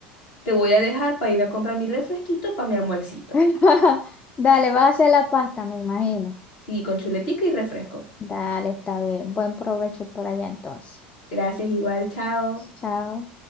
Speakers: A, on the left; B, on the left.
A: te voy a dejar para irme a comprar mi refresquito para mi almuercito.
B: <laughs> Dale, vas a hacer la pasta, me imagino.
A: Sí, con chuletica y refresco.
B: Dale, está bien. Buen provecho por allá entonces.
A: Gracias, igual, chao.
B: Chao.